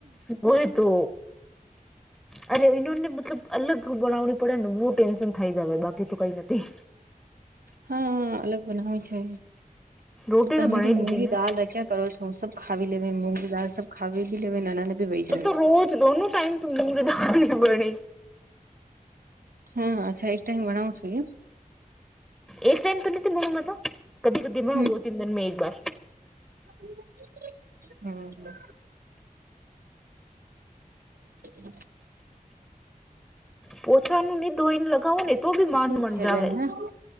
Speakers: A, in the centre; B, on the right (about 85°).
A: બય તો અરે એને મતલબ અલગ બનાવણી પડે ને બહુ ટેન્શન થઈ જ બાકી તો કઈ નથી
B: હા અલગ બનાવી છે
A: રોટી
B: તો તમે
A: બનાવી
B: તો
A: દીધી
B: મુલી
A: મેં
B: દાળ રખ્યા કરો છો હું સબ ખાવી લેવે મૂઘ દાલ સબ ખાવી બી લે નાના ના બી વહી જાય
A: તો તો
B: છે.
A: રોજ દોનો ટાઈમ મુું નાલી ભણી
B: હા અચ્છા એક ટા હ ભણાવું છું એ
A: એક ટાઈમ તો નથી મા કદીી કદી
B: હમ
A: ગો તન જણ મેં એક બર
B: <unintelligible> <unintelligible>
A: પોહચવાનું ન ને ધોઈને લગાવો ને તો બી માન
B: ઠીક
A: મનજાવ
B: છે બેન હા